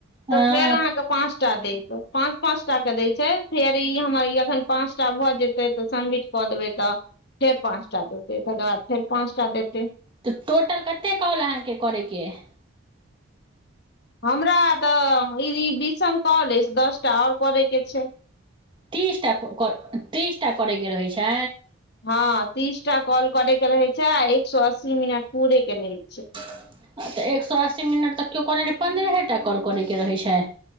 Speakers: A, on the left; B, on the right.
A: तऽ
B: हँ
A: फेर अहाँके पाँच टा देत पाँच पाँच टा के दै छै फेर ई हमर ई अखन पाँचटा भए जेतै तऽ सबमिट कऽ देबै तऽ फेर पाँच टा देतै तकर बाद फेर पाँच टा देतै
B: तऽ टोटल कते कॉल अहाँके करयके अइ
A: हमरा तऽ ई बीसम कॉल अछि दस टा आओर करयके छै
B: तीस टा कर तीस टा करैके रहै छै
A: हँ तीस टा कॉल करै के रहे छै आ एक सए अस्सी मिनट पूरै के रहै छै
B: तऽ एक सए अस्सी मिनट तक केओ कहने रहै पन्द्रहे टा कॉल करयके रहै छै